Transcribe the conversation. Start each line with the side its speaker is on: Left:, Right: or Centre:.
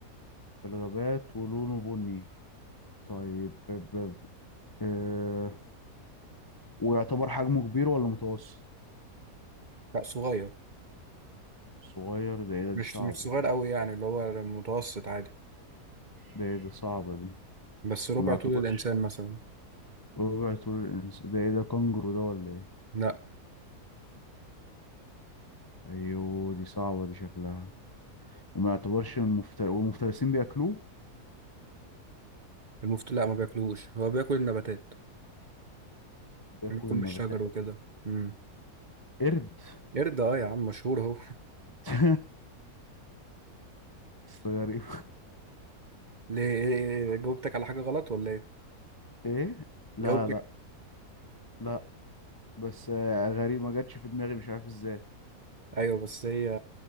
Left: في الغابات ولونه بني طيب ب... ب... آه... ويعتبر حجمه كبير ولا متوسط
Right: لا صغير
Left: صغير ده ايه ده
Right: مش
Left: دي صعبة
Right: مش صغير قوي يعني اللي هو متوسط عادي
Left: ده ايه ده صعبة دي
Right: بس ربع
Left: وما يعتبرش
Right: طول الانسان مثلا
Left: ربع طول الانس ده ايه ده كانجرو ده ولا ايه
Right: لا
Left: ايوه دي صعبة دي شكلها وما يعتبرش من المفتر... والمفترسين بياكلوه
Right: المفت لا ما بياكلهوش هو بياكل النباتات
Left: بياكلوا
Right: بيكون
Left: النباتات
Right: بالشجر وكده امم
Left: قرد
Right: قرد اه يا عم مشهور اهو
Left: بس غريب
Right: ليه إيه- إيه، إيه، إيه، جاوبتك على حاجة غلط ولا ايه
Left: <laughs> ايه لا
Right: جاوبتك
Left: لا لا بس آه، غريب ما جاتش في دماغي مش عارف ازاي
Right: ايوه بس هي